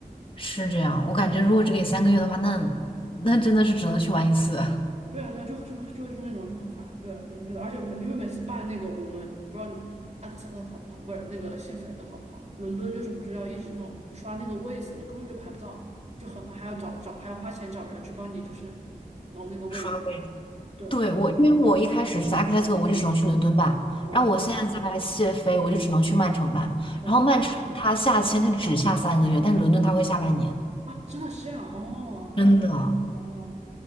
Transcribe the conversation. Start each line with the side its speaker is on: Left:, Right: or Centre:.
Left: 是这样。我感觉如果只给三个月的话，那那真的是只能去玩一次，
Right: 对啊，对啊，就就就是那种就很烦，对啊，我就觉得，而且每因为每次办那个，我们不知道你埃克塞特好不好，不是那个谢菲尔德好不好，伦敦就是不是要一直这种刷那个位子嘛，根本就排不到，就很烦，还要找找还要花钱找人去帮你就是弄那个位子，
Left: 刷位置。
Right: 对。
Left: 对，我，因为我一开始是扎克塞特，我就只能去伦敦办，
Right: 哦，
Left: 然后我现在在谢飞，我就只能去曼城办。
Right: 哦，
Left: 然后曼城它下签，它只下三个月，但是伦敦它会下半年。
Right: 啊，真的是这样哦，
Left: 真的，
Right: 那哦，